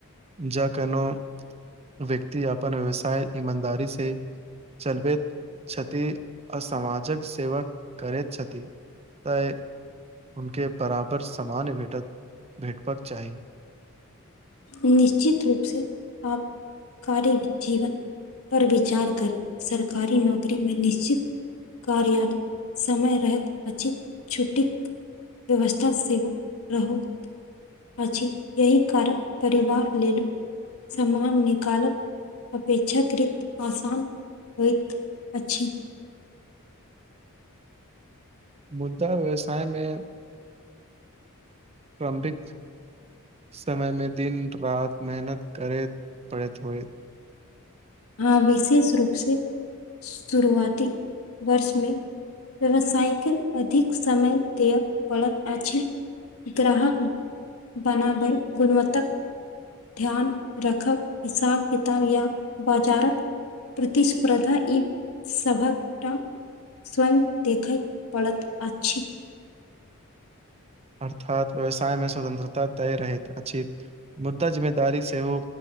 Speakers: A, on the right; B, on the left.
A: ज केनो व्यक्ति अपन व्यवसाय ईमानदारी से चलबैत छथि आ समाजक सेवा करैत छथि तऽ उके बराबर सामान भेटत भेटबाक चाही
B: निश्चित रूपसँ आप कार्य जीवन पर विचार करी सरकारी नौकरी में निश्चित कार्यालय समय रहैत अछि छुट्टी व्यवस्था सेहो रहत अछि यही कारण परिवार लेलऽ सामानिकाल अपेक्षाकृत आसान होइत अछि।
A: मुद्दा व्यवसाय मे। प्रम्बिक्स समय मे दिन रात मेहनत करैत पड़ैत होए।
B: ह, विशेष रूप से शुरुआती वर्षमे व्यवसायके अधिक समय देय पड़त अछि। ग्राहक बनाबै गुणवत्तकऽ। ध्यान रखब हिसाब किताब या। बाजारक प्रतिस्पर्धा ई सभकऽ स्वय देखय पड़ैत अछि
A: अर्थात व्यवसाय मे स्वतंत्रता तय रहैत अछि। मुद्दा जिम्मेदारी सेहो